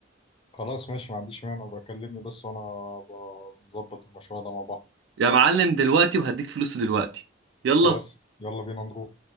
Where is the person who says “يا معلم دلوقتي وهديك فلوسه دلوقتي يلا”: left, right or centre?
Right